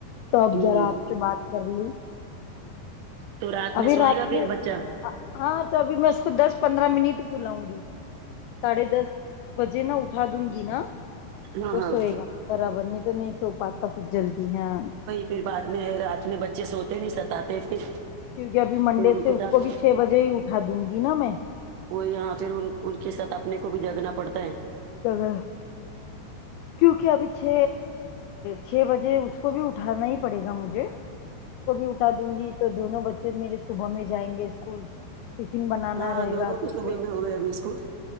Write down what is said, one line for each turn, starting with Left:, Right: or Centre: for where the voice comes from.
Left: تو اب
Right: ہوں
Left: ذرا آپ سے بات کر لوں
Right: تو میں
Left: ابھی
Right: سوئے
Left: رات
Right: گا پھر
Left: میں
Right: بچہ
Left: ہاں تو ابھی میں اس کو دس پندرہ منٹ سلاؤں گی ساڈے دس بجے نا اٹھا دوں گی نا
Right: ہاں
Left: تو
Right: ہاں
Left: سوئے گا برابر نہیں تو نہیں سو پاتا پھر جلدی ہاں
Right: پھر بعد میں رات میں بچے سوتے نہیں ستاتے پھر
Left: کیونک ابھی منڈے
Right: پھر ان کے
Left: سے اس
Right: ساتھ
Left: کو بھی چھ بجے ہی اٹھا دوں گی نا میں
Right: وہ یہاں پھر ان کے ساتھ اپنے کو بھی جاگنا پڑتا ہے
Left: سگا
Right: ج
Left: کیونکہ ابھی چھ چھ بجے اس کو بھی اٹھانا ہی پڑے گا مجھے کو بھی اٹھا دوں گی تو دونوں بچے میرے صبح میں جائیں گے اسکول ٹفن بنانا
Right: ہاں
Left: رہے
Right: دونوں
Left: گا
Right: کی
Left: تو اس
Right: صبح
Left: کے
Right: میں ہو گئے ابھی اسکول